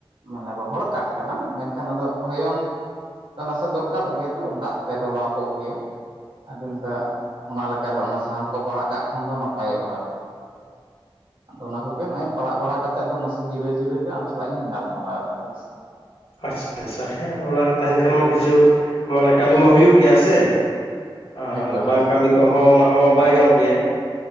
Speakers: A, on the right; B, on the left.
A: ᱢᱟᱱᱮ, ᱨᱚᱦᱚᱲ ᱠᱟᱴ ᱠᱟᱱᱟ, ᱢᱮᱱᱠᱷᱟᱱ ᱟᱫᱚ, ᱦᱚᱭᱚᱝ ᱱᱟᱥᱮ, ᱫᱚᱨᱠᱟᱨᱚᱜ ᱜᱮᱭᱟ ᱛᱚ, ᱫᱟᱜ ᱛᱮ, ᱰᱚᱞᱟᱣ ᱠᱚᱜ ᱜᱮᱭᱟ ᱾ ᱟᱫᱚᱧ ᱫᱟ, ᱚᱱᱟ ᱞᱮᱠᱟ ᱨᱮ, ᱚᱱᱟ ᱥᱟᱦᱟᱱ ᱠᱚ, ᱯᱟᱲᱟᱜ ᱠᱟᱜ ᱠᱷᱟᱱ ᱫᱚ, ᱱᱟᱯᱟᱭᱚᱜᱼᱟ ᱾ <inaudible> ᱟᱫᱚ, ᱚᱱᱟ ᱠᱚᱜᱮ ᱱᱚᱜᱼᱚᱭ, ᱯᱟᱲᱟᱜ ᱵᱟᱲᱟ ᱠᱟᱛᱮ, ᱟᱫᱚ ᱱᱟᱥᱮ ᱡᱤᱨᱟᱹᱣ ᱡᱤᱨᱟᱹᱣ ᱜᱮ, ᱟᱢ ᱥᱟᱞᱟᱜ ᱤᱧ, ᱜᱟᱞᱢᱟᱨᱟᱣ ᱮᱫᱟ, ᱦᱳᱭ ᱥᱮ ᱾
B: ᱟᱪᱪᱷᱟ <unintelligible> ᱟᱪᱪᱷᱟ ᱦᱮᱸ ᱟᱫᱚ, ᱚᱲᱟᱜ ᱨᱮ ᱛᱟᱦᱮᱱ ᱠᱷᱟᱱ ᱢᱟ, ᱠᱤᱪᱷᱩ, ᱢᱟᱱᱮ ᱠᱟᱢᱤ ᱢᱟ, ᱦᱩᱭᱩᱜ ᱜᱮᱭᱟ ᱥᱮ ᱾ ᱟᱨ,
A: ᱮᱠᱵᱟᱨᱮ
B: ᱵᱟᱝ ᱠᱟᱢᱤ ᱛᱮᱦᱚᱸ, ᱚᱱᱟ ᱦᱚᱸ, ᱵᱟᱭ ᱜᱟᱱᱚᱜ ᱜᱮᱭᱟ ᱾